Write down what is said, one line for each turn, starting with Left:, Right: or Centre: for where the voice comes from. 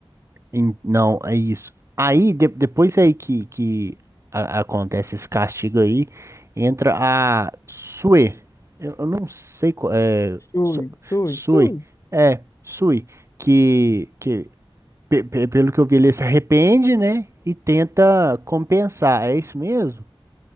Right: em- Não, é isso. Aí, de- depois aí que, que a- acontece esse castigo aí, entra a Sue. Eu, eu não sei qual é.
Left: Sui,
Right: Su-
Left: sui,
Right: Sue.
Left: sui.
Right: É, Sue. Que, que pe- pe- pelo que eu vi, ele se arrepende, né? E tenta compensar. É isso mesmo?